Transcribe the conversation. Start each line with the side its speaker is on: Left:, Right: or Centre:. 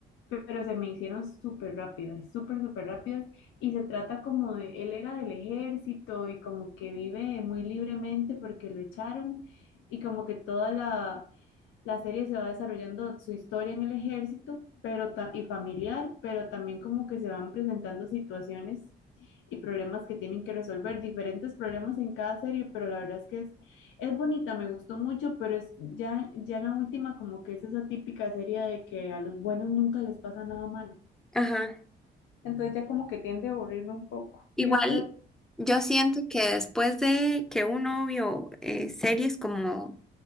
Left: pero se me hicieron súper rápidas, súper, súper rápidas. Y se trata como de, él era del ejército y como que vive muy libremente porque lo echaron y como que toda la, la serie se va desarrollando su historia en el ejército, pero ta- y familiar, pero también como que se van presentando situaciones y problemas que tienen que resolver, diferentes problemas en cada serie, pero la verdad es que es, es bonita, me gustó mucho, pero es ya, ya en la última como que es esa típica serie de que a los buenos nunca les pasa nada malo.
Centre: Ajá.
Left: Entonces ya como que tiende a aburrirme un poco.
Centre: Igual,
Left: ¿Y usted?
Centre: yo siento que después de que uno vio eh, series como